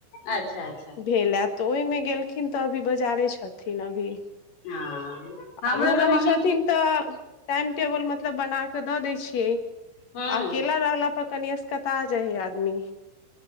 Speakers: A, on the left; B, on the left.
A: अच्छा अच्छा
B: भेल हैत तऽ ओहिमे गेलखिन तऽ अभी बजारे छथिन अभ भी
A: हँ हमरो
B: आ ऊ
A: तऽ
B: रहै
A: मम्मी
B: छथिन तऽ टाइम टेबल मतलब बना क दऽ दै छियै आ
A: हूँ
B: अकेला रहला पर कनि असकतआ जाइ हइ आदमी